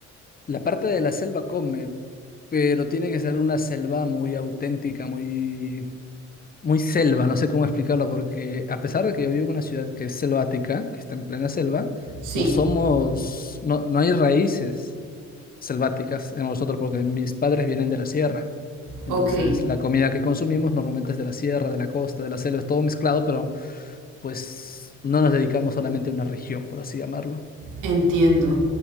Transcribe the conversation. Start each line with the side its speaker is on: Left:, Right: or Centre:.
Left: La parte de la selva come, pero tiene que ser una selva muy auténtica, muy muy selva, no sé cómo explicarlo, porque a pesar de que yo vivo en una ciudad que es selvática, que está en plena selva,
Right: Sí,
Left: no somos, no, no hay raíces selváticas en nosotros, porque mis padres vienen de la sierra. Entonces,
Right: ok,
Left: la comida que consumimos normalmente es de la sierra, de la costa, de la selva, es todo mezclado, pero pues no nos dedicamos solamente a una región, por así llamarlo.
Right: entiendo,